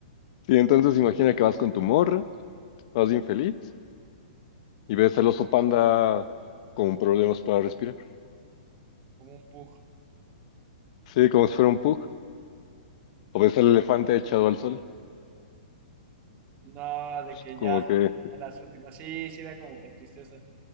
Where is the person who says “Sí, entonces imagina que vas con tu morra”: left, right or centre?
Left